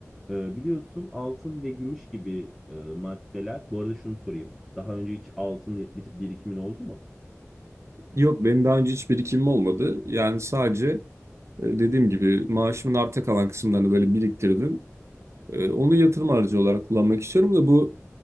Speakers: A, in the centre; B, on the right.
A: E, biliyorsun altın ve gümüş gibi e, maddeler. Bu arada şunu sorayım. Daha önce hiç altın bitip birikimin oldu mu?
B: Yok benim daha önce hiç birikimim olmadı. Yani sadece e, dediğim gibi maaşımın arta kalan kısımlarını böyle biriktirdim. E, Onu yatırım aracı olarak kullanmak istiyorum da bu